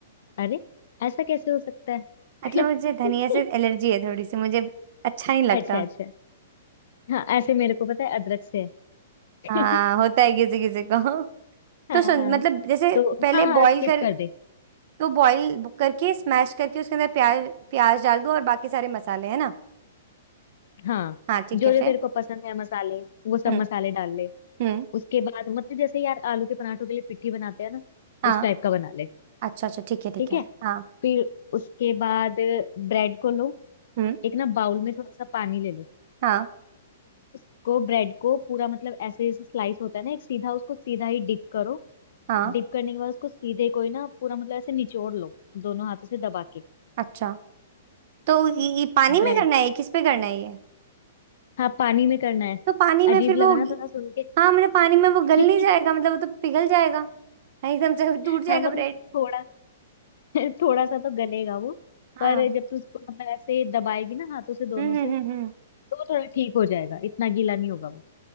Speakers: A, on the left (about 55°); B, on the right (about 45°).
A: अरे ऐसा कैसे हो सकता है
B: मतलब मुझे
A: <laughs>
B: धनिया से एलर्जी है थोड़ी सी मुझे अच्छा नहीं लगता
A: अच्छा अच्छा हाँ ऐसे मेरे को पता है अदरक से
B: हाँ
A: है <laughs>
B: होता है किसी किसी को
A: हाँ
B: तो सुन
A: हाँ
B: मतलब जैसे
A: तो
B: पहले
A: हाँ
B: बॉईल
A: हाँ स्किप
B: कर
A: कर दे
B: तो बॉईल करके स्मैश करके उसके अंदर प्याज प्याज डाल दो और बाकी सारे मसाले है ना
A: हाँ
B: हाँ ठीक
A: जो
B: है फिर
A: जो तेरे को पसंद है मसाले वो सब
B: हम्म
A: मसाले डाल ले
B: हम्म
A: उसके बाद मतलब जैसे यार आलू के पराठों के लिए पिट्ठी बनाते हैं ना
B: हाँ
A: उस टाइप का बना ले
B: अच्छा अच्छा ठीक है ठीक
A: ठीक
B: है
A: है
B: हाँ
A: फिर उसके बाद ब्रेड को लो
B: हम्म
A: एक ना बाउल में थोड़ा सा पानी ले लो
B: हाँ
A: उसको ब्रेड को पूरा मतलब ऐसे जैसे स्लाइस होता है ना एक सीधा उसको सीधा ही डिप करो
B: हाँ
A: डिप करने के बाद उसको सीधे कोई ना पूरा मतलब ऐसे निचोड़ लो दोनों हाथों से दबा के
B: अच्छा तो ये, ये पानी में
A: ब्रेड
B: करना है किस पे करना है ये
A: हाँ पानी में करना है
B: तो पानी में
A: अजीब
B: फिर
A: लगा
B: वो
A: ना थोड़ा सुन के
B: हाँ मतलब पानी में वो गल
A: <laughs>
B: नहीं जाएगा मतलब वो तो पिघल जाएगा हाँ, एकदम से टूट
A: हाँ
B: जाएगा
A: मतलब
B: ब्रेड
A: थोड़ा <laughs> थोड़ा सा तो गलेगा वो पर
B: हाँ
A: जब तू उसको मतलब ऐसे दबाएगी ना हाथों से दोनों
B: हम्म
A: से
B: हम्म हम्म हम्म,
A: तो वो थोड़ा ठीक हो जाएगा इतना गीला नहीं होगा वो